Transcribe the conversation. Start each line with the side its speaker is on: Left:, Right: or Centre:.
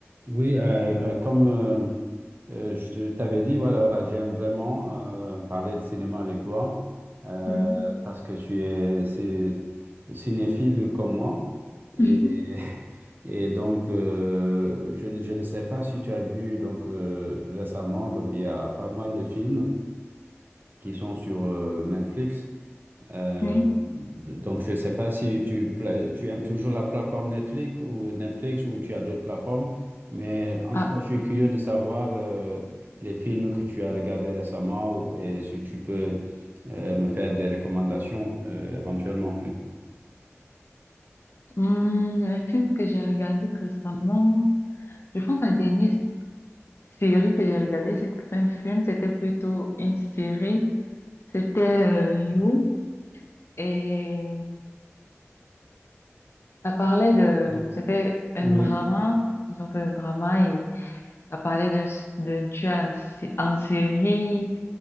Right: Oui, euh, euh, comme euh, euh, je te- je t'avais dit, voilà, voilà, j'aime vraiment euh, parler de cinéma avec toi euh,
Left: Mhm.
Right: parce que tu es c'est- cinéphile comme moi. Et,
Left: <laughs>
Right: <laughs> et donc, euh, je, ne je ne sais pas si tu as vu donc, euh, récemment, donc, il y a pas mal de films qui sont sur euh, Netflix. Euh,
Left: Oui.
Right: donc, je ne sais pas si tu, pla- tu aimes toujours la plateforme Netflix ou Netflix ou tu as d'autres plateformes, mais en
Left: Ah,
Right: tout cas, je suis curieux de savoir euh, les films que tu as regardés récemment ou- et si tu peux euh, me faire des recommandations euh, éventuellement.
Left: hum, un film que j'ai regardé récemment, je pense la dernière série que j'ai regardée, c'était pas un film, c'était plutôt une série. C'était euh, You et ça parlait de,
Right: Oui,
Left: c'était un
Right: oui,
Left: drama, une sorte de drama et ça parlait d'un d'un tueur en sé- en série.